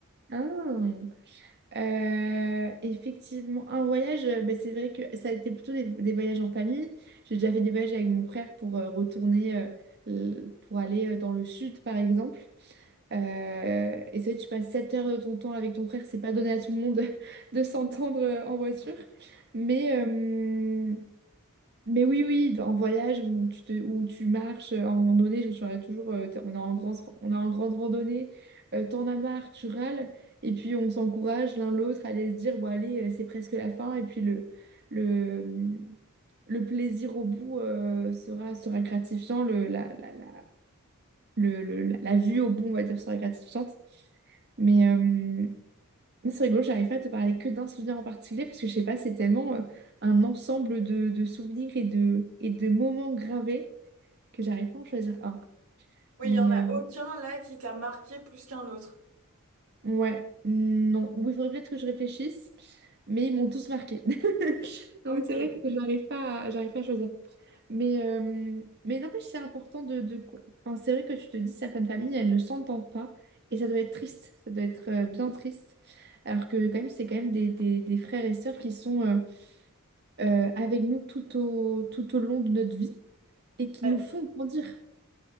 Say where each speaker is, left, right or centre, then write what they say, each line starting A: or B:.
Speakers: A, on the right; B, on the right.
A: hein, euh, effectivement, un voyage, euh, ben, c'est vrai que ça a été plutôt des, des voyages en famille. J'ai déjà fait des voyages avec mon frère pour euh, retourner, euh, euh, pour aller euh, dans le sud, par exemple. Euh, et ça, tu passes 7 heures de ton temps avec ton frère, c'est pas donné à tout le monde <laughs> de s'entendre euh, en voiture. Mais, euh, mais oui, oui, en voyage où tu, te, où tu marches euh, en randonnée, je me souviendrai toujours, euh, t'as- on est en grand, on est en grande randonnée, euh, t'en as marre, tu râles, et puis on s'encourage l'un l'autre à aller se dire, bon allez, euh, c'est presque la fin, et puis le, le, le plaisir au bout euh, sera, sera gratifiant, le, la, la, la- le, le- la la vue au bout, on va dire, serait gratifiante. Mais euh, c'est rigolo, j'arrive pas à te parler que d'un souvenir en particulier parce que je sais pas, c'est tellement euh, un ensemble de, de souvenirs et de, et de moments gravés que j'arrive pas à en choisir un.
B: Oui,
A: Mais
B: il y en a
A: euh,
B: aucun là qui t'a marqué plus qu'un autre.
A: ouais, non. Oui, il faudrait peut-être que je réfléchisse, mais ils m'ont tous marqué. <laughs>
B: Ok.
A: Donc c'est vrai que j'arrive pas à- j'arrive pas à choisir. Mais, euh, mais n'empêche, c'est important de... de... enfin, c'est vrai que tu te dis, certaines familles, elles ne s'entendent pas. Et ça doit être triste, ça doit être euh, bien triste. Alors que quand même, c'est quand même des, des- des frères et sœurs qui sont euh, euh, avec nous tout au, tout au long de notre vie et qui
B: Euh,
A: nous font grandir.